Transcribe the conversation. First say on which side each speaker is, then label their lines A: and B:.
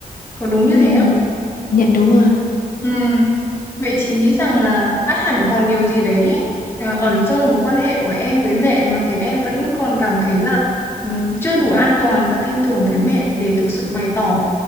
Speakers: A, on the left (about 15°); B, on the left (about 70°).
A: Có đúng như
B: ừ.
A: thế không?
B: dạ đúng rồi
A: Ừ. Vậy chị nghĩ rằng là ắt hẳn còn điều gì đấy ờ, ẩn trong mối quan hệ của em với mẹ mà khiến em vẫn còn cảm thấy là ừm, chưa đủ an toàn và tin tưởng với mẹ để thực sự bày tỏ